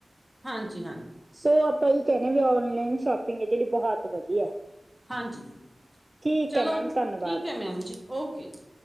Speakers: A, in the centre; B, on the right.
A: ਹਾਂਜੀ-ਹਾਂ।
B: ਸੋ ਆਪਾ ਇਹ ਕਹਿਨੇ ਆ ਵੀ, ਔਨਲਾਈਨ ਸ਼ੋਪਿੰਗ ਇਹਦੇ ਲਈ ਬਹੁਤ ਵਧੀਆ।
A: ਹਾਂਜੀ!
B: ਠੀਕ
A: ਚਲੋ,
B: ਹੈ ਮੈਮ ਧੰਨਵਾਦ
A: ਠੀਕ ਹੈ ਮੈਮ ਜੀ, ਓਕੇ-ਜੀ।